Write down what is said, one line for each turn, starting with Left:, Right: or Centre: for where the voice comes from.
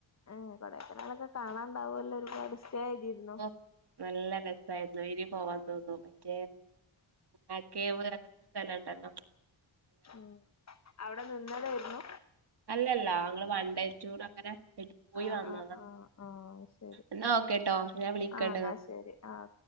Left: അഹ് കൊടൈക്കനാൽ കാണാണ്ടാവുമല്ലോ ഒരുപാട് സ്റ്റേ ചെയ്തിരുന്നോ
Right: ഓ നല്ല രസായിരുന്നു ഇനി പോവാൻ തോന്നും മറ്റേ <unintelligible> കേവ് അങ്ങനത്തെ സ്ഥലംണ്ടല്ലോ
Left: ഉം അവിടെ നിന്നതേയ്ന്നു
Right: അല്ലല്ല ങ്ങള് വൺ ഡേ ടൂർ അങ്ങനെ പോയി
Left: ആഹ്
Right: വന്നതാ
Left: ആഹ് ആഹ് ആഹ് ശരി
Right: ഇന്നാ ഓക്കെട്ടോ ഞാൻ വിളിക്കട്ടൊ
Left: ആഹ് എന്നാ ശരി ആഹ്